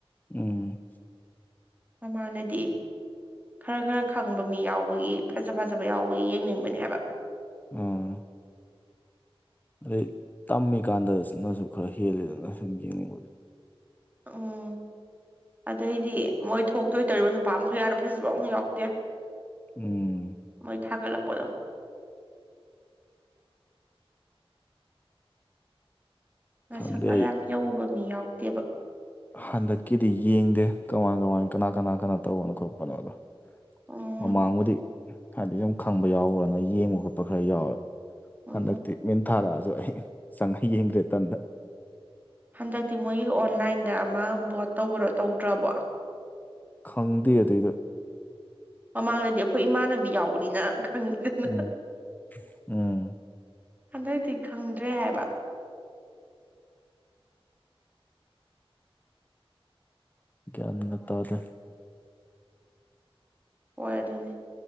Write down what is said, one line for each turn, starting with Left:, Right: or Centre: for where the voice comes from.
Left: ꯎꯝ
Right: ꯃꯃꯥꯟꯅꯗꯤ ꯈꯔ ꯈꯔ ꯈꯪꯕ ꯃꯤ ꯌꯥꯎꯕꯒꯤ ꯐꯖ ꯐꯖꯕ ꯌꯥꯎꯕꯒꯤ ꯌꯦꯡꯅꯤꯡꯕꯅꯦ ꯍꯥꯏꯕ
Left: ꯑꯥꯑꯥ ꯑꯗꯩ ꯇꯝꯃꯤꯀꯥꯟꯗ ꯅꯖꯨ ꯈꯔ ꯍꯦꯜꯂꯤꯗꯅ ꯁꯨꯝ ꯌꯦꯡꯅꯤꯡꯕꯗꯤ
Right: ꯎꯪꯎꯪ ꯑꯗꯩꯗꯤ ꯃꯣꯏ ꯊꯣꯛꯇꯣꯏ ꯇꯧꯔꯤꯕ ꯅꯨꯄꯥ ꯃꯈꯩ ꯌꯥꯝ ꯐꯖꯕꯥꯃꯐꯥꯎ ꯌꯥꯎꯗꯦ
Left: INAUDIBLE
Right: ꯃꯣꯏ ꯊꯥꯒꯠꯂꯛꯄꯗꯣ ꯃꯁꯛꯀ
Left: ꯈꯪꯗꯦ ꯑꯩ
Right: ꯌꯥꯝ ꯌꯧꯕ ꯃꯤ ꯌꯥꯎꯗꯦꯕ
Left: ꯍꯟꯗꯛꯀꯤꯗꯤ ꯌꯦꯡꯗꯦ ꯀꯃꯥꯏ- ꯀꯃꯥꯏ ꯀꯅꯥ ꯀꯅꯥ- ꯀꯅꯥ ꯇꯧꯕꯅꯣ- ꯈꯣꯠꯄꯅꯣꯗꯣ
Right: ꯎꯝ
Left: ꯃꯃꯥꯡꯕꯨꯗꯤ ꯍꯥꯏꯕꯗꯤ ꯈꯪꯕ ꯌꯥꯎꯕ꯭ꯔꯅ ꯌꯦꯡꯕ- ꯈꯣꯠꯄ ꯈꯔ ꯌꯥꯎꯋꯦ
Right: ꯎꯝ
Left: ꯍꯟꯗꯛꯇꯤ ꯃꯤꯟ ꯊꯥꯔꯛꯑꯖꯨ ꯑꯩ ꯆꯪ ꯌꯦꯡꯗ꯭ꯔꯦ ꯇꯟꯗ
Right: ꯍꯟꯗꯛꯇꯤ ꯃꯣꯏꯒꯤ ꯑꯣꯟꯂꯥꯏꯟꯗ ꯑꯃ ꯕꯣꯠ ꯇꯧꯕꯣ ꯇꯧꯗ꯭ꯔꯕꯣ
Left: ꯈꯪꯗꯦ ꯑꯗꯨꯏꯗꯣ
Right: ꯃꯃꯥꯡꯗꯗꯤ ꯑꯩꯈꯣꯏ ꯏꯃꯥꯟꯅꯕꯤ ꯌꯥꯎꯕꯅꯤꯅ ꯈꯪꯉꯤꯗꯅꯥ
Left: ꯎꯝ ꯎꯝ
Right: ꯍꯟꯗꯛꯇꯤ ꯈꯪꯗ꯭ꯔꯦ ꯍꯥꯏꯕ
Left: ꯒ꯭ꯌꯥꯟꯒ ꯇꯥꯗꯦ
Right: ꯍꯣꯏ ꯑꯗꯨꯅꯤ